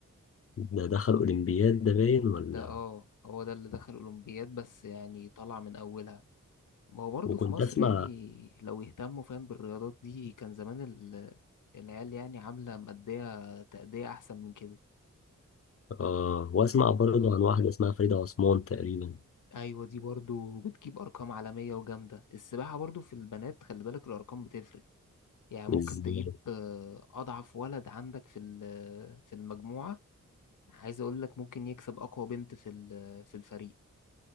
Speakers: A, on the left; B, on the left.
A: ده دخل أولمبياد ده باين ولا
B: ده اه هو ده اللي دخل أولمبياد بس يعني طلع من أولها ما هو برضه
A: وكنت
B: في مصر
A: اسمع
B: يعني لو يهتموا فاهم بالرياضات دي كان زمان العيال يعني عاملة مأدية تأدية أحسن من كده
A: آه واسمع برضه عن واحدة اسمها فريدة عثمان تقريبا
B: أيوة دي برضو بتجيب أرقام عالمية وجامدة السباحة برضو في البنات خلي بالك الأرقام بتفرق يعني ممكن
A: ازاي
B: تجيب آه، أضعف ولد عندك في ال- في المجموعة عايز أقول لك ممكن يكسب أقوى بنت في ال- في الفريق